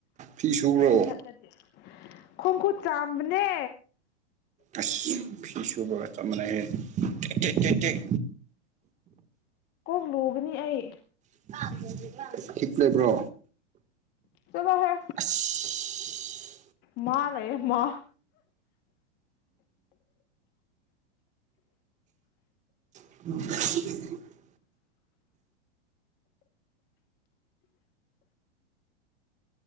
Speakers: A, on the right; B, on the left.
A: ꯐꯤ ꯁꯨꯕ꯭ꯔꯣ
B: ꯐꯨꯗꯠꯂ ꯈꯣꯡ ꯈꯨꯨꯠ ꯆꯥꯝꯕꯅꯦ
A: ꯑꯁ ꯐꯤ ꯁꯨꯕꯒ ꯆꯞ ꯃꯥꯟꯅꯩꯌꯦ ꯇꯦꯠ ꯇꯦꯠ ꯇꯦꯠ
B: ꯀꯣꯛ ꯂꯨꯒꯅꯤ ꯑꯩ
A: <unintelligible> ꯍꯤꯛ ꯂꯩꯕ꯭ꯔꯣ
B: ꯆꯠꯂꯣꯍꯦ
A: ꯑꯁ
B: ꯃꯥ ꯂꯩꯌꯦ ꯃꯥ
A: <inaudible>